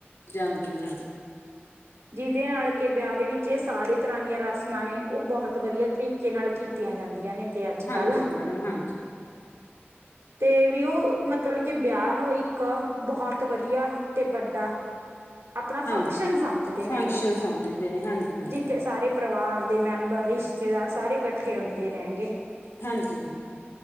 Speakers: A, on the left; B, on the right.
A: ਜਾਂਦੀ ਹਾਂ‌।
B: ਜਿਹਦੇ ਨਾਲ ਕਿ ਵਿਆਹ ਦੇ ਵਿੱਚ ਇਹ ਸਾਰੇ ਤਰ੍ਹਾਂ ਦੀਆਂ ਰਸਮਾਂ ਨੇ ਉਹ ਬਹੁਤ ਵਧੀਆ ਤਰੀਕੇ ਨਾਲ ਕੀਤੀਆਂ ਜਾਂਦੀਆਂ ਨੇ। ਤੇ ਅੱਜ
A: ਹਾਂਜੀ
B: ਕੱਲ੍ਹ
A: ਮੈਡਮ ਹਾਂਜੀ।
B: ਤੇ ਵੀ ਉਹ ਮਤਲਬ ਕਿ ਵਿਆਹ ਨੂੰ ਇੱਕ ਬਹੁਤ ਵਧੀਆ ਤੇ ਵਡਾ ਆਪਣਾ
A: ਹਾਂਜੀ
B: ਫੰਕਸ਼ਨ ਸਮਝਦੇ
A: ਫੰਕਸ਼ਨ
B: ਨੇ ਗੇ।
A: ਸਮਝਦੇ ਨੇ ਹਾਂਜੀ ਹਾਂਜੀ
B: ਜਿੱਥੇ ਸਾਰੇ ਪਰਿਵਾਰ ਦੇ ਮੈਂਬਰ ਰਿਸ਼ਤੇਦਾਰ ਸਾਰੇ ਇਕੱਠੇ ਹੁੰਦੇ ਨੇਗੇ
A: ਹਾਂਜੀ ਹਾਂ।